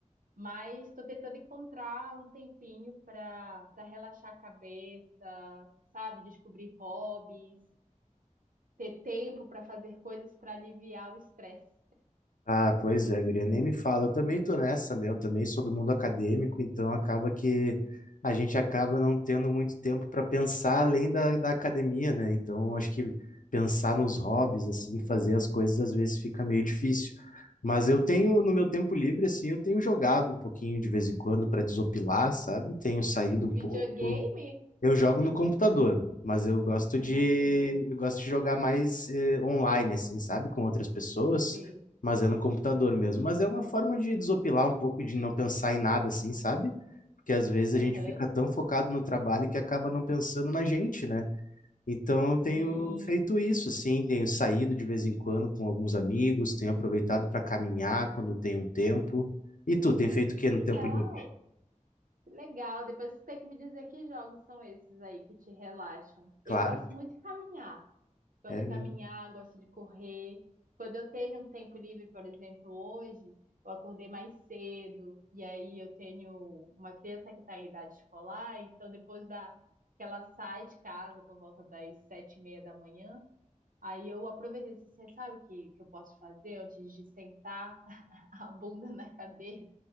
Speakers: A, on the right; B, on the left.
A: mas estou tentando encontrar um tempinho para para relaxar a cabeça, sabe? Descobrir hobbies, ter tempo para fazer coisas para aliviar o estresse.
B: Ah, pois é, guria, nem me fala. Eu também tô nessa, né? Eu também sou do mundo acadêmico, então acaba que a gente acaba não tendo muito tempo para pensar além da, da academia, né? Então, acho que pensar nos hobbies, assim, fazer as coisas às vezes fica meio difícil. Mas eu tenho, no meu tempo livre, assim, eu tenho jogado um pouquinho de vez em quando para desopilar, sabe? Tenho saído um
A: <laughs>
B: pouco.
A: Videogame
B: Eu jogo no computador, mas eu gosto
A: no
B: de
A: computador,
B: eu gosto de jogar mais eh, online, assim, sabe? Com outras pessoas,
A: sim.
B: mas é no computador mesmo. Mas é uma forma de desopilar um pouco, de não pensar em nada, assim, sabe? Porque às vezes
A: Aham,
B: a gente fica tão focado no trabalho que acaba não pensando na gente, né? Então eu tenho
A: sim.
B: feito isso, assim, tenho saído de vez em quando com alguns amigos, tenho aproveitado para caminhar quando tem um tempo. E tu, tem feito o que
A: Que legal!
B: no tempo livre?
A: Legal, depois você tem que me dizer que jogos são esses aí que te relaxam.
B: Claro,
A: Eu gosto muito de caminhar. Gosto
B: é
A: de
B: mesmo.
A: caminhar, gosto de correr. Quando eu tenho um tempo livre, por exemplo, hoje, eu acordei mais cedo, e aí eu tenho uma criança que está em idade escolar, então depois da que ela sai de casa por volta das sete e meia da manhã, aí eu aproveitei, assim, sabe o que, que eu posso fazer antes de sentar <laughs> a bunda na cadeira?